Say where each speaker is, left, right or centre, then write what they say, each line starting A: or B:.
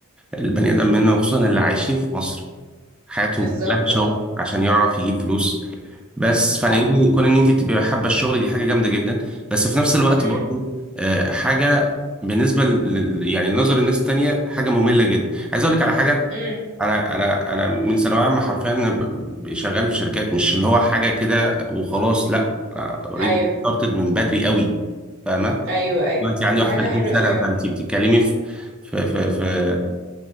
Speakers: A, in the centre; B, on the right (about 65°).
A: البني ادم منا وخصوصا اللي عايشين في مصر حياتهم
B: بالظبط
A: كلها شغل
B: اه
A: عشان يعرف يجيب فلوس بس فإن
B: صح
A: كون ان انت تبقي حابه الشغل دي حاجه جامده جدا بس في نفس الوقت
B: امم
A: برضو آه، حاجه بالنسبه ل... ل- يعني لنظر الناس التانية حاجه ممله جدا عايز اقول لك على حاجه
B: امم
A: انا انا انا من ثانويه عامه حرفيا أنا ب- شغال في شركات مش اللي هو حاجه كده وخلاص لا انا اوريدي
B: ايوه
A: ستارتد من بدري قوي فاهمه
B: ايوه ايوه
A: دلوقتي عندي
B: دي
A: 31
B: حاجه حلوه
A: سنه
B: قوي عموما
A: فانت بتتكلمي في في في, في